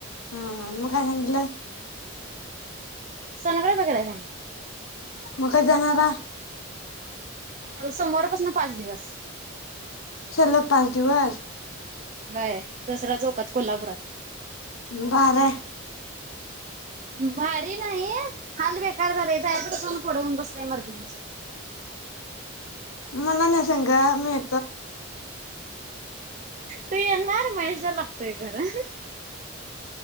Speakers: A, on the left (about 85°); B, on the right (about 35°).
A: हा हा मग काय सांगितल?
B: सोनोग्राफी करायला सांगितली
A: मग कधी जाणारा
B: आता सोमवारपासून पाच दिवस.
A: सलग पाच दिवस
B: व्हय दसरा चौकात कोल्हापुरात.
A: भारी हाय.
B: भारी नाही हाल बेकार झालय जायच कश्यान कोड होऊन बसलय मर्दींनीच्या.
A: मला न्हे संग मी ये
B: तू येणार? माझ्या चल तेही खरं.